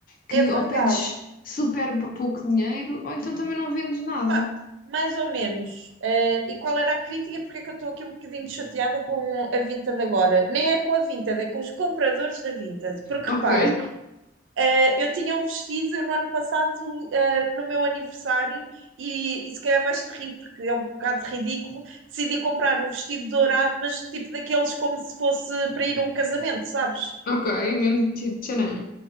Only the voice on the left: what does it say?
que
ou pedes super pouco dinheiro, ou então também não vendes nada.
Ok,
<laughs> ok, mesmo tipo, tcharam.